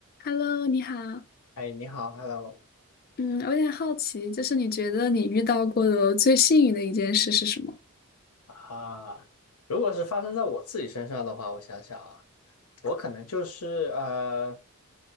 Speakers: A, on the left; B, on the left.
A: Hello，你好。
B: 哎，你好，Hello
A: 嗯，我有点好奇，就是你觉得你遇到过的最幸运的一件事是什么？
B: 啊。如果是发生在我自己身上的话，我想想啊，我可能就是呃，